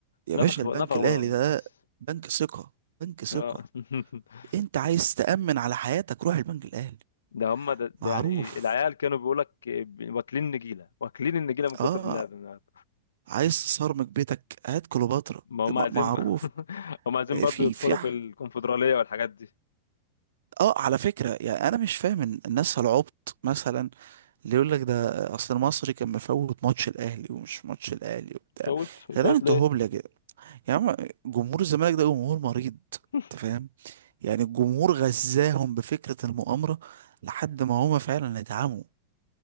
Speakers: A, on the right; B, on the left.
A: يا
B: نفخ
A: باشا البنك
B: نفخ بيراميدز
A: الاهلي ده بنك ثقة بنك ثقة
B: آه. <laughs>
A: انت عايز تأمن على حياتك روح البنك الاهلي
B: ده هم ده, ده
A: معروف
B: يعني العيال كانوا بيقول لك واكلين نجيله واكلين النجيله من كتر
A: اه
B: اللعب النهارده
A: عايز تصرمك بيتك هات كليوباترا
B: ما هم
A: م-
B: عايزين
A: معروف
B: <laughs> هم عايزين
A: آه،
B: برضه
A: في
B: يدخلوا
A: في ح-
B: في الكونفدراليه والحاجات دي
A: اه على فكرة يعني انا مش فاهم إن الناس العبط مثلا اللي يقول لك ده اصل المصري كان مفوت ماتش الاهلي ومش ماتش الاهلي وبتاع
B: فوت
A: يا
B: فوت
A: جدعان انتوا
B: ليه
A: هبلة كده يا عم جمهور الزمالك ده جمهور مريض
B: <laughs>
A: انت فاهم يعني الجمهور غزاهم بفكرة المؤامرة لحد ما هما فعلا اتعموا